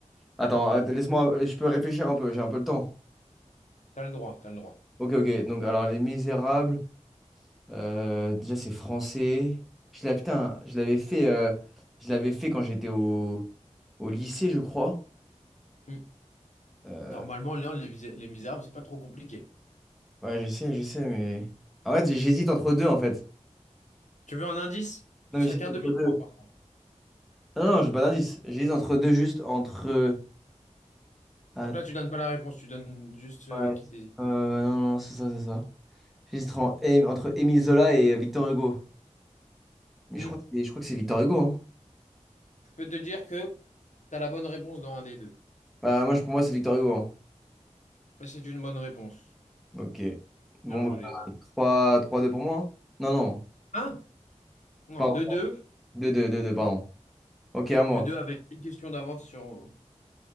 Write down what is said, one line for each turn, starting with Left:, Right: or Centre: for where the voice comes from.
Centre: Attends, att- laisse-moi, je peux réfléchir un peu, j'ai un peu le temps.
Left: T'as le droit, t'as le droit.
Centre: Ok, ok. Donc, alors, Les Misérables, euh, déjà, c'est français. Je l'ai, putain, je l'avais fait, euh, je l'avais fait quand j'étais au, au lycée, je crois.
Left: Hmm.
Centre: Euh,
Left: Normalement, Léon, les, Misé- les Misérables, c'est pas trop compliqué.
Centre: ouais, je sais, je sais, mais. En fait, j'hésite entre deux, en fait.
Left: Tu veux un indice?
Centre: Non,
Left: Ce
Centre: mais
Left: sera
Centre: j'hésite
Left: qu'un
Centre: entre
Left: demi-point
Centre: deux.
Left: par contre.
Centre: Non, non, j'ai pas d'indice. J'hésite entre deux, juste entre. Ah,
Left: Donc là, tu donnes pas la réponse, tu donnes juste ceux
Centre: ouais.
Left: avec qui t'hésites.
Centre: Euh, non, non, c'est ça, c'est ça. J'hésiterais en- em- entre Émile Zola et Victor Hugo. Mais
Left: Hmm.
Centre: je crois que c'est, je crois que c'est Victor Hugo. hein.
Left: Je peux te dire que t'as la bonne réponse dans un des deux.
Centre: Bah, moi, je- pour moi, c'est Victor Hugo. hein.
Left: Et C'est une bonne réponse.
Centre: Ok. Bon,
Left: Bien joué,
Centre: bah,
Left: Léon.
Centre: 3 3-2 pour moi. hein. Non, non.
Left: Hein Non,
Centre: Pardon.
Left: 2 deux,
Centre: deux deux deux 2 pardon. Ok, à moi.
Left: 2 deux avec une question d'avance sur...